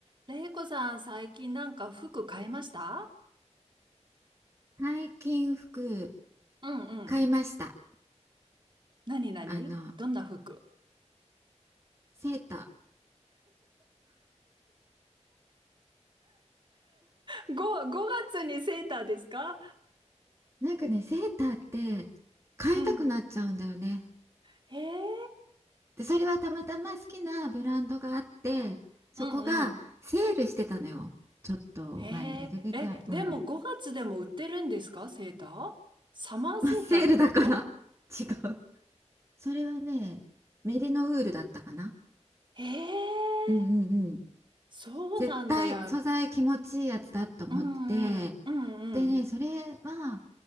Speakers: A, on the right (about 40°); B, on the right (about 25°).
A: れいこさん、最近なんか服買いました
B: 最近服
A: うんうん。
B: 買いました。
A: なになにどんな服
B: あの、セータ
A: 5、5月にセーターですか
B: ー。なんかね、セーターって買いたくなっちゃうんだよね。
A: うん。へえ、
B: で、それはたまたま好きなブランドがあって、そこがセールしてたのよ。
A: うんうん。
B: ちょっと前の1ヶ月、
A: へえ、え、
B: うん。
A: でも5月でも売ってるんですかセーターサマーセーターってこと
B: <laughs> まあ、セールだから <laughs> 違う。それはね、メリノウールだったかな。
A: へえ、
B: うんうん
A: そうなんだや。
B: 絶対素材気持ちいいやつだと思って
A: うんうん、うんうん、
B: でねそれは